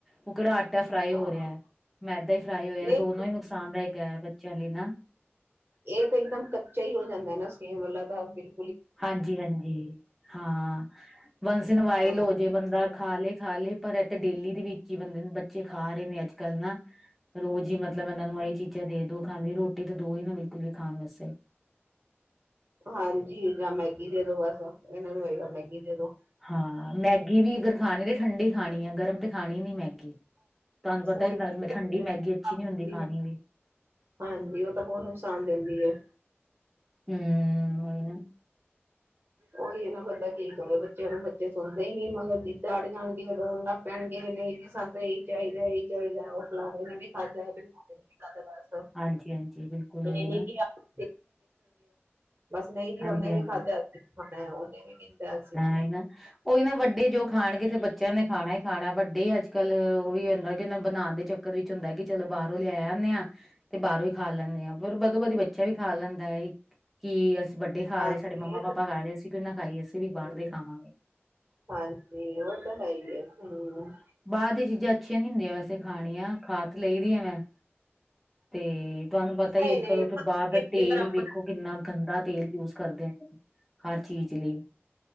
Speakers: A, in the centre; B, on the right.
A: ਉਹ ਕਿਹੜਾ ਆਟਾ ਫਰਾਈ ਹੋ
B: ਹਾਂ
A: ਰਿਹਾ। ਮੈਦਾ ਹੀ ਫਰਾਈ ਹੋਇਆ
B: ਨਹੀਂ
A: ਦੋਨੋ ਹੀ ਨੁਕਸਾਨਦਾਇਕ ਹੈ ਬੱਚਿਆਂ ਲਈ ਨਾਂ
B: ਇਹ ਤਾਂ ਇਕਦਮ ਕੱਚਾ ਹੀ ਹੋ ਜਾਂਦਾ ਨਾਂ ਸਟੀਮ ਵਾਲਾ ਤਾਂ ਬਿਲੁ
A: ਹਾਂਜੀ-ਹਾਂਜੀ, ਹਾਂ ਵੰਸ ਇਨ ਵਾਈਲ
B: ਹਾਂ,
A: ਹੋ ਜੇ ਬੰਦਾ ਖਾ ਲੇ-ਖਾ ਲੇ ਪਰ ਇਹ ਤਾਂ ਡੇਲੀ ਦੇ ਵਿੱਚ ਹੀ ਬੰਦੇ ਨੂੰ ਬੱ ਬੱਚੇ ਖਾ ਰਹੇ ਨੇਂ ਅੱਜ-ਕੱਲ੍ਹ ਨਾਂ। ਰੋਜ਼ ਹੀ ਮਤਲਬ ਇਹਨਾਂ ਨੂੰ ਇਹ ਚੀਜ਼ਾਂ ਦੇ ਦੋ ਖਾਣ ਲਈ ਰੋਟੀ ਤੇ ਦੋ ਹੀ ਨਾ ਬਿਲਕੁਲ ਵੀ ਖਾਣ ਵਾਸਤੇ।
B: ਹਾਂਜੀ ਜਾਂ ਮੈਗੀ ਦੇ ਦੋ ਬਸ ਇਹਨਾਂ ਨੂੰ ਹੈਗਾ ਮੈਗੀ ਦੇ ਦੋ।
A: ਹਾਂ, ਮੈਗੀ ਵੀ ਅਗਰ ਖਾਣੀ ਤੇ ਠੰਢੀ ਖਾਣੀ ਆ ਗਰਮ ਤੇ ਖਾਣੀ ਨੀਂ ਮੈਗੀ। ਤੁਹਾਨੂੰ ਪਤਾ
B: ਉਹੀ
A: ਹੀ ਠੰਡੀ ਮੈਗੀ ਅੱਛੀ ਨੀਂ ਹੁੰਦੀ ਖਾਣੀ ਵੀ।
B: ਹਾਂਜੀ, ਉਹ ਤਾਂ ਬਹੁਤ ਨੁਕਸਾਨ ਦਿੰਦੀ ਹੈ।
A: ਹਮ ਹੋਏ ਨਾਂ।
B: ਉਹੀ ਹੈ ਨਾਂ ਬੰਦਾ ਕੀ ਕਵੇ ਬੱਚਿਆਂ ਉਹ ਨੂੰ ਬੱਚੇ ਸੁਣਦੇ ਹੀ ਨੀਂ ਮਗਰ ਜਿੱਦਾਂ ਅੜ ਜਾਣ ਰੋਣ ਲੱ ਪੈਣਗੇ ਨੇ ਜੀ ਸਾਨੂੰ ਇਹੀ ਚਾਹੀਦਾ-ਇਹੀ ਚਾਹੀਦਾ, ਉਹ ਫਲਾਣੇ ਨੇ ਵੀ ਖਾਧਾ ਢਿਵਕੇਂ ਨੇ ਵੀ ਖਾਧਾ ਬਸ।
A: ਹਾਂਜੀ-ਹਾਂਜੀ ਬਿਲਕੁਲ ਓਹੀ
B: ਇਹ ਨੀ
A: ਨਾ।
B: <unintelligible> ਬਸ ਨਹੀਂ ਜੇ
A: ਹਾਂਜੀ
B: ਉਹਨੇ
A: ਹਾਂਜੀ
B: ਵੀ ਖਾਧਿਆ ਖਾਣਾ ਉਹਨੇ ਕੀਤਾ ਸੀ।
A: ਨਹੀਂ ਨਾ ਉਹੀ ਨਾ ਵੱਡੇ ਜੋ ਖਾਣਗੇ ਤੇ ਬੱਚਿਆਂ ਨੇ ਖਾਣਾ ਈ ਖਾਣਾ। ਵੱਡੇ ਅੱਜ-ਕੱਲ੍ਹ ਉਹੀ ਹੁੰਦਾ ਕਿ ਉਹ ਬਣਾਉਣ ਦੇ ਚੱਕ ਰ ਵਿੱਚ ਹੁੰਦਾ ਕਿ ਚਲੋ ਬਾਹਰੋਂ ਲੈ ਆਨੇ ਆ। ਤੇ ਬਾਹਰੋਂ ਈ ਖਾ ਲੈਨੇ ਆ ਫਿਰ ਵਦੋ ਵਧੀ ਬੱਚਾ ਵੀ ਖਾ ਲੈਂਦਾ ਆ ਕਿ ਅਸੀ ਵੱਡੇ ਖਾ
B: ਹਾਂਜੀ
A: ਰਹੇ ਸਾਡੇ ਮੰਮਾ
B: ਇਹ
A: ਪਾਪਾ ਖਾ ਰਹੇ ਅਸੀਂ ਕਿਉ ਨਾ ਖਾਈਏ ਅਸੀਂ
B: ਤਾਂ
A: ਬਾਰ
B: ਹੂੰ
A: ਦਾ ਈ ਖਵਾਂਗੇ।
B: ਹਾਂਜੀ, ਉਹ ਤਾ ਹੈ ਈ ਐ ਹਮ।
A: ਬਾਹਰ ਦੀਆਂ ਚੀਜ਼ਾਂ ਅੱਛੀਆਂ ਨੀ ਹੁੰਦੀਆਂ ਵੈਸੇ ਖਾਣੀਆਂ ਖਾਦ ਲਈ ਦੀ ਆ ਮੈਂ ਤੇ ਤੇ ਤੁਹਾਨੂੰ ਪਤਾ ਹੀ
B: ਨਹੀਂ
A: ਅੱਜ-ਕੱਲ੍ਹ
B: ਨਹੀਂ
A: ਉਥੇ ਬਾਹਲ ਦਾ
B: ਕਈ
A: ਤੇਲ
B: ਵਾਰ ਆਪਣਾ
A: ਵੇਖੋ ਕਿੰਨਾ ਗੰਦਾ ਤੇਲ ਯੂਜ ਕਰਦੇ ਨੇ ਹਰ ਚੀਜ਼ ਲਈ।